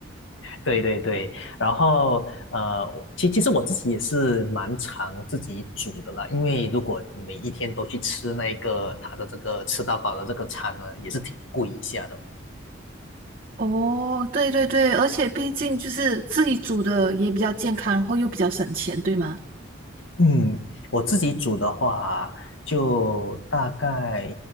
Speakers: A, on the left; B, on the right.
A: 对对对，然后呃，我其其实我自己也是蛮常自己煮的啦，因为如果每一天都去吃那个它的这个吃到饱的这个餐呢，也是挺贵一下的。
B: 哦，对对对，而且毕竟就是自己煮的也比较健康，然后又比较省钱，对吗？
A: 嗯，我自己煮的话，就大概